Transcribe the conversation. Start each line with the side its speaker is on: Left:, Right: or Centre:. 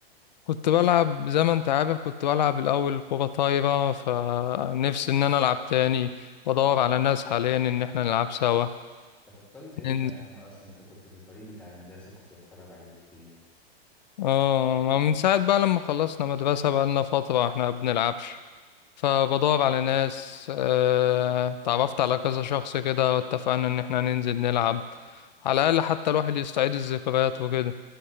Left: كنت بلعب زي ما انت عارف كنت بلعب الاول كرة طايرة فنفسي ان انا العب تاني بدور على ناس حاليا ان احنا نلعب سوا
Centre: انت بطلت امتى
Left: ننزل
Centre: يا عم أصلا انت كنت في الفريق بتاع المدرسة كنت بتفرج عليكم كتير
Left: اه من ساعة بقى لما خلصنا مدرسة بقى لنا فترة احنا ما بنلعبش فبدور على ناس آه، تعرفت على كذا شخص كده واتفقنا ان احنا ننزل نلعب على الاقل حتى الواحد يستعيد الذكريات وكده